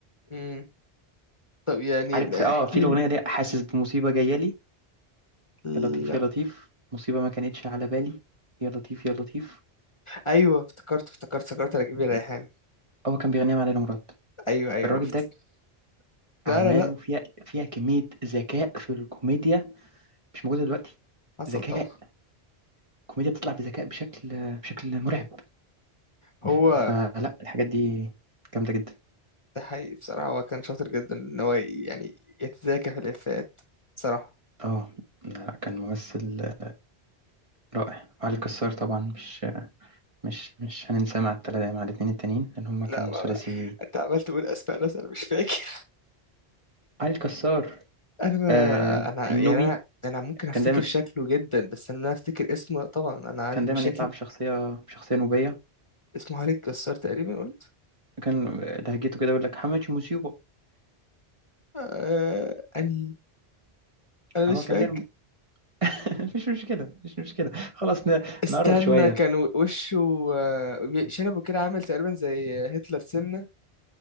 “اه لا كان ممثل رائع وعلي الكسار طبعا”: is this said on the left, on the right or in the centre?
Right